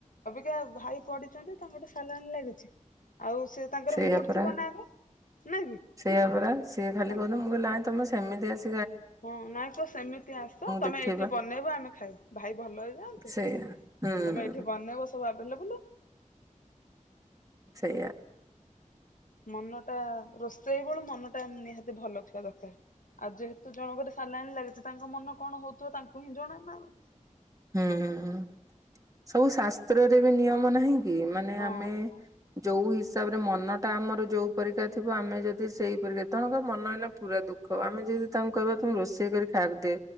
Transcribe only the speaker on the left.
ଯା ଭାଇ ପଡିଛନ୍ତି ତାଙ୍କଠି ସାଲାନ ଲାଗିଛି। ଆଉ ସେ ତାଙ୍କର
ମୁଡ୍ ଥିବ ନା ଆଗ ନା
କି?
ହଁ ନାଇଁ ପୁଅ ସେମିତି ଆସ ତମେ
ଏଇଠି ବନେଇବ ଆମେ ଖାଇବୁ ଭାଇ ଭଲ ହେଇଯାଆନ୍ତୁ
ତମେ ଏଇଠି ବନେଇବ ସବୁ ଆଭେଲେବୁଲ
ମନ ଟା ରୋଷେଇ ବେଳୁ ମନଟା ନିହାତି ଭଲ ଥିବା ଦରକାର ଆଉ ଯେହେତୁ ଜଣଙ୍କର ସାଲାନ ଲାଗିଛି ତାଙ୍କ ମନ କଣ ହଉଥିବ ତାଙ୍କୁ ହିଁ ଜଣାନା ଆଉ।
ହଁ
ହଁ